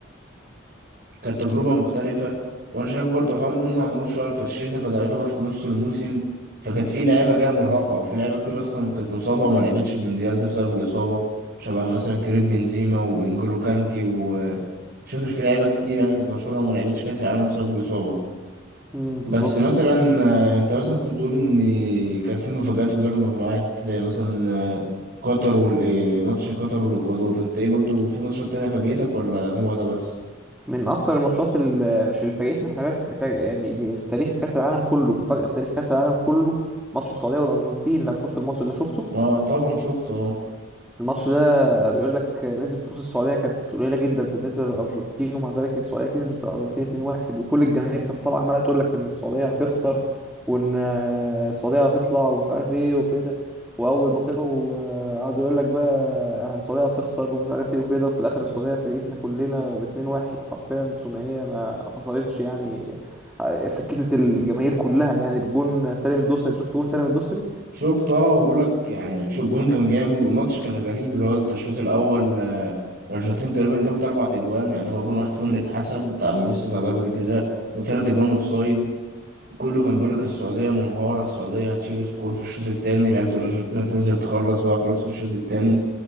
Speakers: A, on the right; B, in the centre.
A: كانت تجربة مختلفة وأنا شايف برضو حوار إن هم عملوه في شهر في الشتاء فده يعتبر في نص الموسم فكانت في لعيبة جاية مرهقة وفي لعيبة كتير أصلا كانت مصابة وما لعبتش المونديال ده بسبب الإصابة شبه مثلا كريم بنزيما وإنجولو كانتي و مش فاكر في لعيبة كتير يعني كانت مشهورة وما لعبتش كأس العالم بسبب الإصابة
B: امم
A: بس
B: بالظبط
A: مثلا آه، أنت مثلا كنت بتقول إن كان في مفاجآت في دور المجموعات زي مثلا آه، قطر وال آه، ماتش قطر والإكوادور أنت إيه برضو في ماتشات تانية فاجأتك ولا هو ده بس؟
B: من اكتر الماتشات اللي مش اللي فاجئتنا احنا بس دي فاجئة يعني دي في تاريخ كاس العالم كله مفاجاه في تاريخ كاس العالم كله ماتش السعوديه والارجنتين لو شفت الماتش ده شفته
A: اه طبعا شفته اه
B: الماتش ده بيقول لك نسبة فوز السعودية كانت قليلة جدا بالنسبة للأرجنتين ومع ذلك السعودية كسبت الأرجنتين 2-1 وكل الجماهير كانت طالعة عمالة تقول لك إن السعودية هتخسر وإن آه، السعودية هتطلع ومش عارف إيه وكده وأول ما طلعوا آه، قعدوا يقول لك بقى السعودية هتخسر ومش عارف إيه وكده وفي الآخر السعودية فاجئتنا كلنا ب 2-1 حرفيا ثنائية ما خسرتش يعني آه، سكتت الجماهير كلها يعني بجون سالم الدوسري شفت جون سالم الدوسري؟
A: شفت اه وبقول لك يعني شو الجون كان جامد والماتش كان غريب اللي هو انت الشوط الاول آه، الارجنتين تقريبا جابت اربع اجوان يعني هو جون واحد فيهم اللي اتحسب بتاع ميسي بتاع ضربة الجزاء وثلاث اجوان اوف سايد كله كان بيقول لك السعودية منهارة السعودية هتشيل سكور في الشوط التاني لعيبة الارجنتين هتنزل تخلص بقى خلاص في الشوط التاني